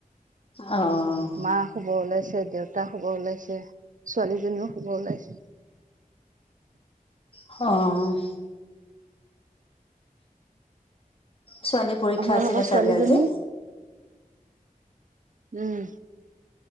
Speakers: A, on the left (about 40°); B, on the right (about 60°).
A: অ'
B: মা শুব ওলাইছে দেউতা শুব ওলাইছে ছোৱালীজনীও শুব ওলাইছে।
A: হ'। ছোৱালী পৰীক্ষা
B: আপোনালোকৰ
A: আছিলে
B: ছোৱালীজনী
A: চাগে আজি
B: উম'